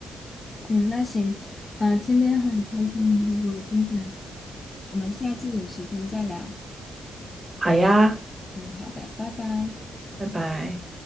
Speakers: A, on the left; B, on the right.
A: 嗯，那行，嗯、今天很开心你和我分享，我们下次有时间再聊。
B: 好呀，
A: 嗯，好的，拜拜。
B: 拜拜。